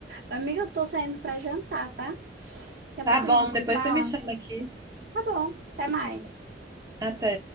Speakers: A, on the right; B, on the right.
A: Amiga, eu tô saindo para jantar, tá? Daqui a
B: Tá
A: pouco
B: bom,
A: a gente se
B: depois
A: fala.
B: você me chama aqui.
A: Tá bom, até mais.
B: Até.